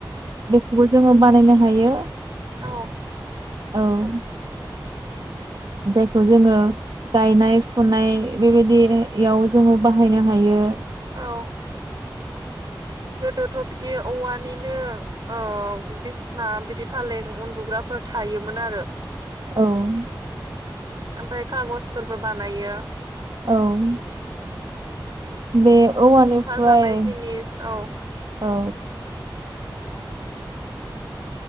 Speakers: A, on the right (about 70°); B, on the right (about 60°).
A: बेखौबो जोङो बानायनो हायो।
B: औ
A: औ जायखौ जोङो गायनाय फुनाय बेबायदियाव जोङो बाहायनो हायो।
B: औ गोदोथ' बिदि औवानिनो अ बिसना बिदि फालें उन्दुग्राफोर थायोमोन आरो।
A: औ
B: ओमफ्राय कागजफोरबो बानायो।
A: औ बे औवानिफ्राय
B: साजानाय जिनिस औ
A: औ